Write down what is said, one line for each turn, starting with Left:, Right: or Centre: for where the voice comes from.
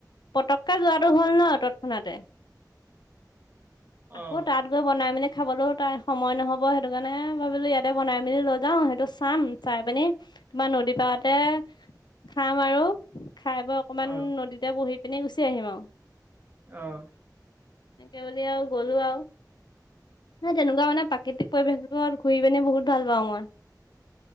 Left: পতকে যোৱাটো হ'ল ন তৎক্ষণাতে। আকৌ
Right: অ',
Left: তাত গৈ বনাই মানে। খাবলৈও তাই সময় নহব সেইটো কাৰণে ভাবিলোঁ ইয়াতে বনাই মেলি লৈ যাওঁ সেইটো। চাম চাই পিনি তোমাৰ নদী পাৰতে খাম আৰু। খাই বৈ অকমান
Right: অ',
Left: নদীতে বহি পিনে গুচি আহিম আৰু
Right: আহ
Left: তেতিয়া হ'লেও গলো আৰু ন তেনেকুৱা মানে প্ৰাকৃতিক পৰিৱেশ ঘূৰি পেনে বহুত ভাল পাওঁ মই